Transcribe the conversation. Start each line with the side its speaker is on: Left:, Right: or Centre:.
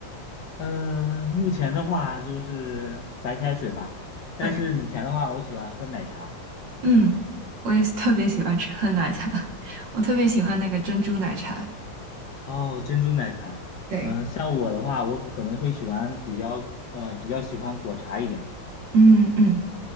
Left: 嗯、目前的话就是白开水吧，但是以前的话，
Right: 白开
Left: 我喜欢喝奶茶，
Right: 嗯，我也是特别喜欢吃喝奶茶，<laughs> 我特别喜欢那个珍珠奶茶。
Left: 哦，珍珠奶茶。
Right: 对，
Left: 嗯、像我的话，我可能会喜欢比较，呃，比较喜欢果茶一点。
Right: 嗯嗯，